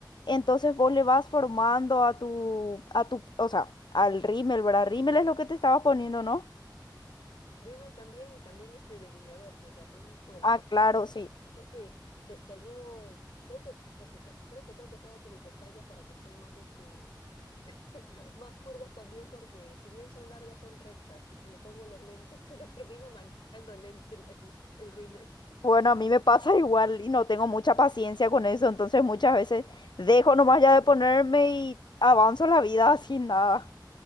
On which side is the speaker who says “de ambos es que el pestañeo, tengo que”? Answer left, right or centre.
Left